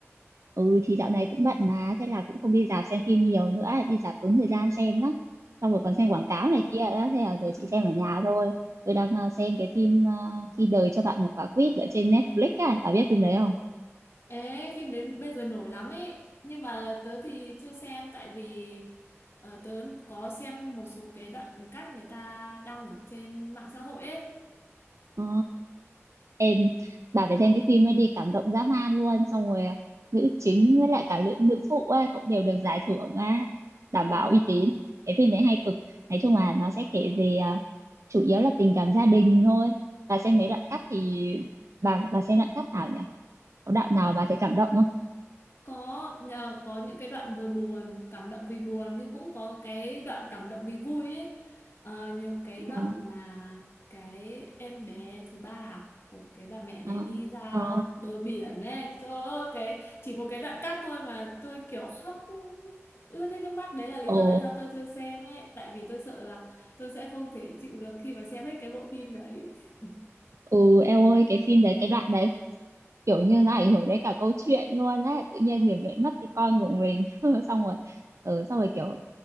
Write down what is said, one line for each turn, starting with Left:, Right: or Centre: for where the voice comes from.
Right: ừ thì dạo này cũng bận mà Thế là cũng không đi rạp xem phim nhiều nữa Đi rạp tốn thời gian xem lắm Xong rồi còn
Left: Ừ.
Right: xem quảng cáo này kia đó Thế là giờ
Left: <laughs>
Right: chị xem ở nhà thôi Tôi đang ờ, xem cái phim ờ, Khi đời cho bạn một quả quýt Ở trên Netflix à Bà biết phim đấy không?
Left: Ê, phim đến bây giờ nổi lắm ấy. Nhưng mà tớ thì chưa xem tại vì ờ, tớ có xem một số cái đoạn cắt người ta đăng ở trên mạng xã hội ấy.
Right: Ờ, em bà phải xem cái phim ấy đi cảm động dã man luôn xong rồi à, nữ chính với lại cả nữ, nữ phụ ấy cũng đều được giải thưởng á đảm
Left: Ờ,
Right: bảo uy tín cái phim đấy hay cực nói chung là nó sẽ kể về à, chủ yếu là tình cảm gia đình thôi bà xem mấy đoạn cắt thì bà bà xem đoạn cắt nào nhỉ có đoạn nào bà thấy cảm động không
Left: có nhờ có những cái đoạn vừa buồn cảm động vì buồn nhưng cũng có cái đoạn cảm động vì vui ấy Ờ, như cái đoạn
Right: Ờ,
Left: mà cái em bé thứ ba à, của cái bà mẹ đấy
Right: ờ,
Left: đi ra
Right: ờ.
Left: bờ biển ấy trời ơi, cái chỉ một cái đoạn cắt thôi mà tôi kiểu khóc ướt hết nước mắt đấy là lý
Right: ồ
Left: do tại sao tôi chưa xem ấy tại vì tôi sợ là tôi sẽ không thể chịu được khi mà xem hết cái bộ phim đấy <laughs>
Right: ừ em ơi cái phim đấy cái đoạn đấy kiểu như nó ảnh hưởng đến cả câu chuyện luôn đấy tự nhiên người mẹ mất cái con của mình <laughs> xong rồi ừ, xong rồi kiểu